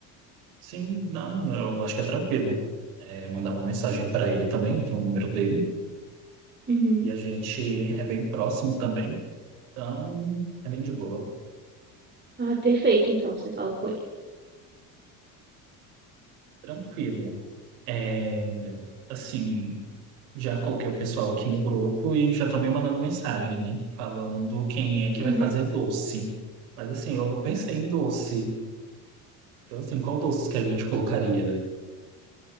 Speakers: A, on the right; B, on the right.
A: Sim, não, eu acho que é tranquilo. É, mandar uma mensagem para ele também, eu tenho o número dele.
B: Uhum.
A: E a gente é bem próximo também, então é bem de boa.
B: Ah, perfeito, então, você fala com ele.
A: Tranquilo. É, assim, já coloquei o pessoal aqui no grupo e já estão me mandando mensagem, né? Falando quem é que
B: Uhum.
A: vai fazer doce. Mas assim, eu não pensei em doce. Então, assim, qual doce que a gente colocaria?